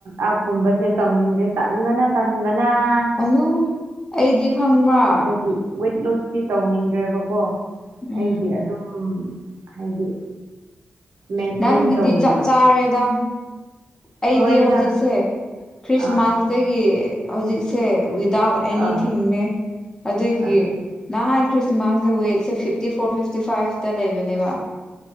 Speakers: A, on the right (about 75°); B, on the left (about 15°).
A: ꯑꯞ ꯀꯨꯝꯕꯁꯦ ꯇꯧꯅꯤꯡꯗꯦ ꯇꯟꯕꯅ ꯇꯟꯕꯅ ꯕꯅꯥ
B: ꯑꯅꯨ ꯑꯩꯗꯤ ꯈꯪꯕ꯭ꯔꯥ
A: ꯍꯥꯏꯗꯤ ꯋꯦꯠ ꯂꯣꯁ ꯇꯤ ꯇꯧꯅꯤꯡꯗ꯭ꯔꯦꯕꯀꯣ
B: ꯎꯝ
A: ꯑꯩꯗꯤ ꯑꯗꯨꯝ ꯍꯥꯏꯗꯤ ꯃꯦꯟꯇꯦꯟ
B: ꯅꯪꯒꯤꯗꯤ
A: ꯇꯧꯔꯦꯕ
B: ꯆꯞ ꯆꯥꯔꯦꯗ ꯑꯩꯗꯤ
A: ꯍꯣꯏꯗ
B: ꯍꯧꯖꯤꯛꯁꯦ ꯈ꯭ꯔꯤꯁꯃꯥꯁꯇꯒꯤ
A: ꯑꯥ
B: ꯍꯧꯖꯤꯛꯁꯦ ꯋꯤꯗꯥꯎꯠ ꯑꯦꯅꯤꯊꯤꯡꯅꯦ
A: ꯑꯥ
B: ꯑꯗꯨꯒꯤ
A: ꯑꯠ-
B: ꯅꯍꯥꯟ ꯈ꯭ꯔꯤꯁ ꯃꯥ ꯋꯦꯠꯁꯦ ꯐꯤꯐꯇꯤ ꯐꯣꯔ ꯐꯤꯐꯇꯤ ꯐꯥꯏꯚꯇ ꯂꯩꯕꯅꯦꯕ